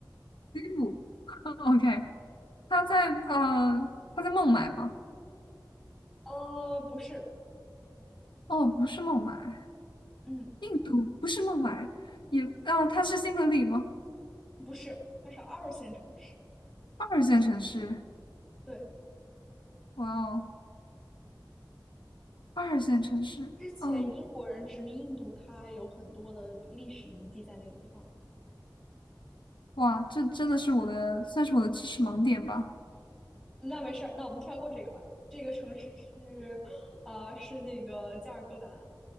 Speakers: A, on the left; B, in the centre.
A: 印度嗯，OK，他在呃，他在孟买吗？
B: 呃，不是，
A: 哦，不是孟买，
B: 嗯，
A: 印度不是孟买，也啊，他是新德里吗？
B: 不是，它是二线城市，
A: 二线城市，
B: 对。
A: 哇哦，二线城市，
B: 之前英国人殖民印度，
A: 哦，
B: 它有很多的历史遗迹在那个地方。
A: 哇，这真的是我的，算是我的知识盲点吧。
B: 那没事儿，那我们跳过这个吧。这个城市是，<sucks teeth> 啊、是那个加尔各答。